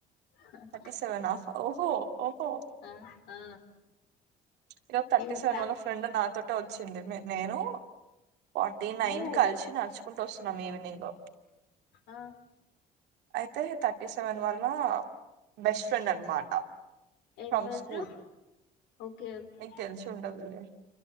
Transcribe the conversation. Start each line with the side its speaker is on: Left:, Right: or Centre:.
Left: హ్హ్హ్
Right: థర్టీ సెవెనా ఓహో ఓహో
Left: అ ఆ
Right: ఇది ఒక థర్టీ
Left: యూ
Right: సెవెన్
Left: ప్యాక్
Right: వాళ్ళ ఫ్రెండ్ నాతోటే వచ్చింది నేను ఫార్టీ నైన్
Left: హూ
Right: కలిసి నడుచుకుంటూ వస్తున్నాం ఈవినింగ్
Left: ఆ
Right: అయితే థర్టీ సెవెన్ వల్ల బెస్ట్ ఫ్రెండ్ అనమాట
Left: ఎవరు
Right: ఫ్రమ్ స్కూల్
Left: ఓకే ఓకే
Right: నీకు తెలిసు ఉండదులే